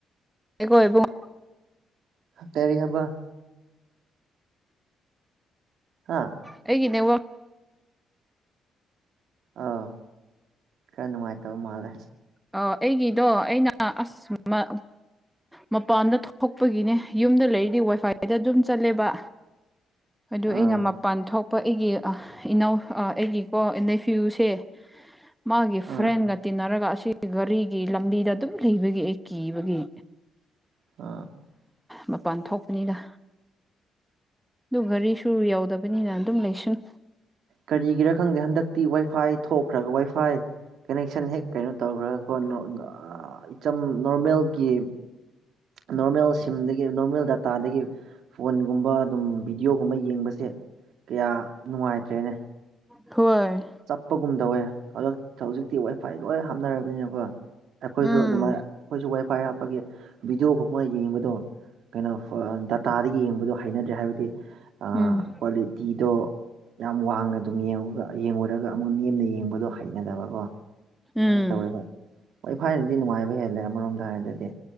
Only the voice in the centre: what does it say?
ꯑꯈꯣꯏ ꯏꯕꯨꯡ
ꯑꯩꯒꯤ ꯅꯦꯠꯋꯥꯛ
ꯑꯣ ꯑꯩꯒꯤꯗꯣ ꯑꯩꯅ ꯑꯁ ꯃꯥ ꯃꯄꯥꯟꯗ ꯊꯣꯛꯄꯒꯤꯅꯦ ꯌꯨꯝꯗ ꯂꯩꯔꯤꯗꯤ ꯋꯥꯏꯐꯥꯏꯗ ꯑꯗꯨꯝ ꯆꯠꯂꯦꯕ ꯑꯗꯨ
ꯑꯩꯅ ꯃꯄꯥꯟ ꯊꯣꯛꯄ ꯑꯩꯒꯤ ꯏꯅꯥꯎ ꯑꯩꯒꯤꯀꯣ ꯅꯦꯐ꯭ꯌꯨꯁꯦ
ꯃꯥꯒꯤ ꯐ꯭ꯔꯦꯟꯒ
ꯇꯤꯟꯅꯔꯒ ꯒꯥꯔꯤꯒꯤ ꯂꯝꯕꯤꯗ ꯑꯗꯨꯝ ꯂꯩꯕꯒꯤ ꯑꯩ ꯀꯤꯕꯒꯤ
ꯃꯄꯥꯟ ꯊꯣꯛꯄꯅꯤꯗ ꯑꯗꯨ ꯒꯔꯤꯁꯨ ꯌꯥꯎꯗꯕꯅꯤꯅ ꯑꯗꯨꯝ ꯂꯩꯁꯟ
ꯍꯣꯏ
ꯎꯝ
ꯎꯝ
ꯎꯝ